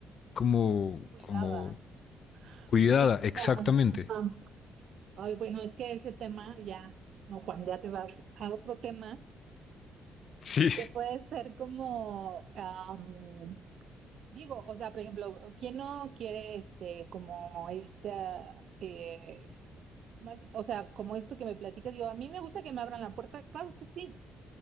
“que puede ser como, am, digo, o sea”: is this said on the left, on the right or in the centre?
Right